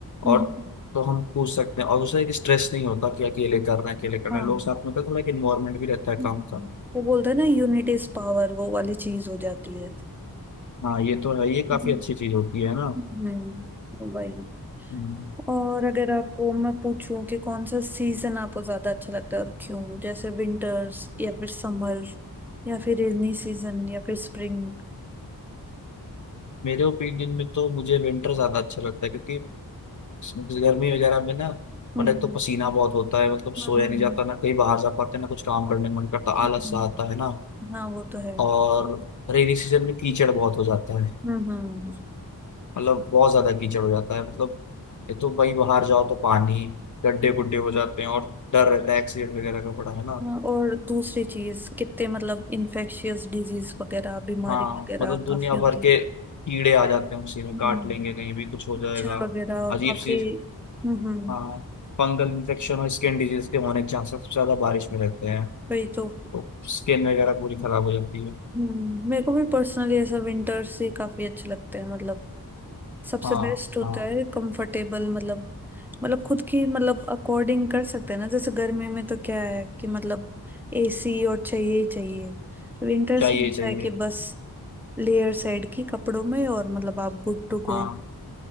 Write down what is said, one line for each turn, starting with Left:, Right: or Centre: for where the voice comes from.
Centre: हम्म
Left: और तो हम पूछ सकते हैं और दूसरा एक स्ट्रेस नहीं होता कि अकेले करना है अकेले करना
Centre: हाँ
Left: है। लोग साथ में होते हैं, थोड़ा एक इन्वायरमेंट भी रहता है
Centre: हम्म।
Left: काम का
Centre: वो बोलते हैं ना यूनिट इज पावर वो वाली चीज हो जाती है
Left: हाँ ये तो है ये काफी
Centre: हम्म
Left: अच्छी चीज होती है ना
Centre: हम्म, वही
Left: हम्म।
Centre: और अगर आपको मैं पूछूं कि कौन सा सीजन आपको ज्यादा अच्छा लगता है और क्यों जैसे विंटर्स या फिर समर या फिर रेनी सीजन या फिर स्प्रिंग
Left: मेरे ओपिनियन में तो मुझे विंटर ज्यादा अच्छा लगता है क्योंकि इस गर्मी वगैरह में ना
Centre: हम्म
Left: मतलब एक तो पसीना बहुत होता है मतलब
Centre: हम्म
Left: सोया
Centre: हम्म,
Left: नहीं जाता ना कहीं बाहर जा पाते ना कुछ काम करने का मन करता
Centre: हम्म।
Left: आलस सा आता है ना
Centre: हाँ वो तो है
Left: और रेनी सीजन में कीचड़ बहुत हो जाता है
Centre: हम्म हम्म
Left: मतलब बहुत ज्यादा कीचड़ हो जाता है मतलब एक तो वहीं बाहर जाओ तो पानी गड्ढे गुड्ढे हो जाते हैं और डर रहता है एक्सीडेंट वगैरह का बड़ा है ना
Centre: हाँ, और दूसरी चीज कितने मतलब इन्फेक्शियस डिजीज वगैरह बीमारी
Left: हाँ
Centre: वगैरह
Left: मतलब दुनिया
Centre: काफी होती
Left: भर
Centre: है
Left: के कीड़े आ जाते हैं उसी
Centre: हम्म
Left: में काट लेंगे कहीं भी कुछ हो
Centre: मच्छर
Left: जाएगा
Centre: वगैरह और
Left: अजीब
Centre: काफी
Left: सी
Centre: हम्म हम्म,
Left: हाँ फंगल इन्फेक्शन और स्किन डिजीज के होने के चांसेस सबसे ज्यादा बारिश में रहते हैं
Centre: वही तो
Left: तो स्किन वगैरह पूरी खराब हो जाती है
Centre: हम्म मेरे को भी पर्सनली ऐसा विंटर्स ही काफी अच्छे लगते हैं मतलब सबसे
Left: हाँ
Centre: बेस्ट होता
Left: हाँ
Centre: है कंफर्टेबल मतलब मतलब खुद की मतलब अकॉर्डिंग कर सकते हैं ना जैसे गर्मी में तो क्या है कि मतलब एसी और चाहिए ही चाहिए विंटर्स
Left: चाहिए
Centre: में ऐसा
Left: चाहिए
Centre: है कि बस लेयर साइड की कपड़ों में और मतलब आप गुड टू गो
Left: हाँ